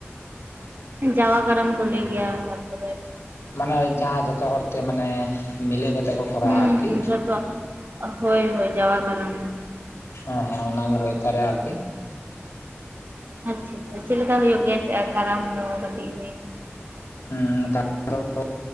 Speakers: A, on the right (about 50°); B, on the left (about 75°).
A: ᱡᱟᱣᱟ ᱠᱟᱨᱟᱢ ᱠᱚ ᱞᱟ. ᱭ ᱜᱮᱭᱟ ᱚᱝᱠᱟ ᱫᱚ᱾
B: ᱢᱟᱱᱮ ᱡᱟᱦᱟᱸ ᱡᱷᱚᱛᱚ ᱦᱚᱲ ᱛᱮ ᱢᱟᱱᱮ ᱢᱤᱞᱟᱹ ᱠᱟᱛᱮᱜ ᱠᱚ ᱠᱚᱨᱟᱣᱟ
A: ᱦᱩᱸ
B: ᱟᱨᱠᱤ
A: ᱡᱷᱚᱛᱚ ᱦᱳᱭ ᱦᱳᱭ ᱡᱟᱣᱟ ᱠᱟᱨᱟᱢ
B: ᱦᱮᱸ ᱦᱮᱸ ᱚᱱᱟ ᱜᱮ ᱦᱳᱭ ᱛᱟᱦᱚᱞᱮ ᱟᱨᱠᱤ᱾
A: ᱟᱪᱪᱷᱟ ᱟᱪᱷᱟ ᱪᱮᱫᱠᱟ ᱫᱚ ᱦᱩᱭᱩᱜ ᱜᱮᱭᱟ ᱠᱟᱨᱟᱢ ᱫᱚ ᱠᱟᱹᱴᱤᱡ
B: ᱦᱩᱸ ᱠᱟᱨᱟᱢ ᱫᱚ